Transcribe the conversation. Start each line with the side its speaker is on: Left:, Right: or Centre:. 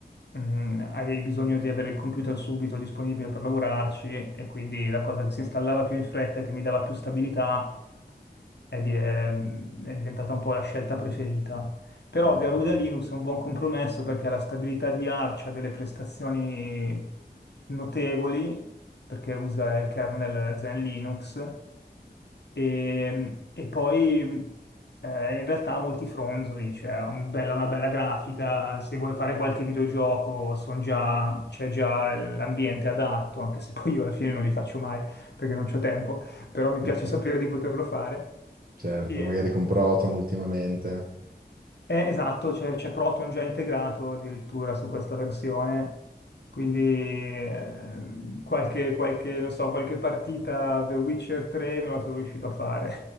Left: mm, avevi bisogno di avere il computer subito disponibile per lavorarci e quindi la cosa che si installava più in fretta, che mi dava più stabilità, è, di- è- è diventata un po' la scelta preferita. Però
Right: ok.
Left: Garuda Linux è un buon compromesso perché ha la stabilità di Arch, ha delle prestazioni notevoli, perché usa il kernel Zen Linux, e, e poi eh, in realtà ha molti fronzoli, cioè ha un bella- una bella grafica, se vuoi fare qualche videogioco son già- c'è già l'ambiente adatto, anche se poi io alla fine non li faccio mai perché non c'ho tempo, però mi piace
Right: ok.
Left: sapere di poterlo fare.
Right: Certo,
Left: Sì.
Right: magari con Proton ultimamente.
Left: Eh, esatto, c'è c'è Proton già integrato addirittura su questa versione, quindi eh, qualche, qualche, non so, qualche partita The Witcher 3 me la sono riuscito a fare.